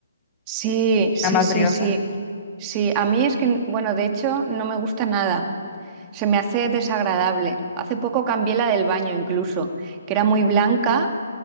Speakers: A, on the right; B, on the left.
A: Sí, sí,
B: la más
A: sí,
B: brillosa.
A: sí, sí. A mí es que, bueno, de hecho, no me gusta nada. Se me hace desagradable. Hace poco cambié la del baño incluso, que era muy blanca